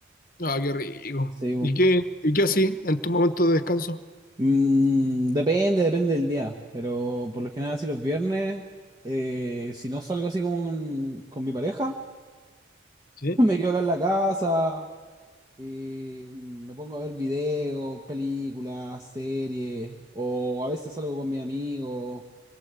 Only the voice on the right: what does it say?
Sí,
Mm, depende, depende del día, pero por lo general así los viernes, eh, si no salgo así como con, con mi pareja, <laughs>
me quedo acá en la casa y mm, me pongo a ver videos, películas, series, o a veces salgo con mis amigos,